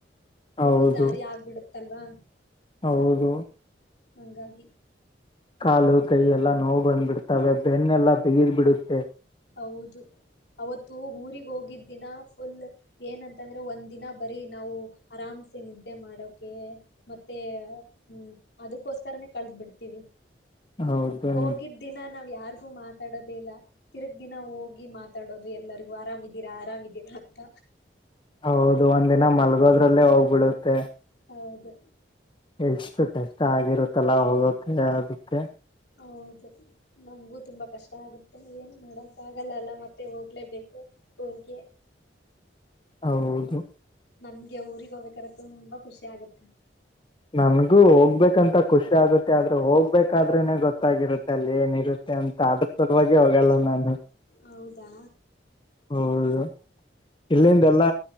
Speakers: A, on the left; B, on the left.
A: ದೂರು
B: ಹೌದು
A: ದಾರಿ ಆಗ್ಬಿಡುತ್ತಲ್ವಾ
B: ಹೌದು
A: ಹಂಗಾಗಿ
B: ಕಾಲು ಕೈ ಎಲ್ಲಾ ನೋವು ಬಂದ್ಬಿಡ್ತವೆ ಬೆನ್ನೆಲ್ಲಾ ಬಿಗದ್ ಬಿಡುತ್ತೆ
A: ಹೌದು ಅವತ್ತು ಊರಿಗೆ ಹೋಗಿದ್ ದಿನ ಫುಲ್ ಏನಂತಂದ್ರೆ ಒಂದು ದಿನ ಬರೀ ನಾವು ಆರಾಮ್ಸೆ ನಿದ್ದೆ ಮಾಡೋಕೆ ಮತ್ತೆ ಹ್ಮ್ ಅದಕ್ಕೋಸ್ಕರನೇ ಕಳದ್ ಬಿಡ್ತೀವಿ
B: ಹೌದು
A: ಹೋಗಿದ್
B: ರಿ
A: ದಿನ ನಾವ್ ಯಾರಿಗೂ ಮಾತಾಡೋದೇ ಇಲ್ಲ ತಿರ್ಗ ದಿನ ಹೋಗಿ ಮಾತಾಡೋದು ಎಲ್ಲರಿಗೂ ಆರಾಮಿದೀರಾ ಆರಾಮಿದೀರಾ ಅಂತ
B: ಹೌದು ಒಂದಿನ ಮಲ್ಗೋದ್ರಲ್ಲೇ ಹೋಗ್ಬಿಡುತ್ತೆ
A: ಹೌದು
B: ಎಷ್ಟು ಕಷ್ಟ ಆಗಿರುತ್ತಲ್ಲ ಹೋಗೋಕ ಅದಿಕ್ಕೆ
A: ಹೌದು ನಮಗೂ ತುಂಬಾ ಕಷ್ಟ ಆಗುತ್ತೆ ಏನು ನೋಡಕ್ ಆಗಲ್ಲ ಅಲ್ಲ ಮತ್ತೆ ಹೋಗ್ಲೇಬೇಕು ಊರ್ಗೆ
B: ಹೌದು
A: ನಮ್ಗೆ ಊಗ್ ಹೋಗ್ಬೇಕ್ರ ತುಂಬಾ ಖುಷಿ ಆಗುತ್ತೆ
B: ನಮಗೂ ಹೋಗ್ಬೇಕಂತ ಖುಷಿ ಆಗತ್ತೆ ಆದ್ರೂ ಹೋಗ್ಬೇಕಾದ್ರೆನೆ ಗೊತ್ತಾಗಿರುತ್ತೆ ಅಲ್ಲಿ ಏನಿರುತ್ತೆ ಅಂತ ಆದ್ರ ಸುಲುವಾಗಿ ಹೋಗಲ್ಲ ನಾನು
A: ಹೌದಾ
B: ಹೌದು ಇಲ್ಲಿಂದ ಎಲ್ಲ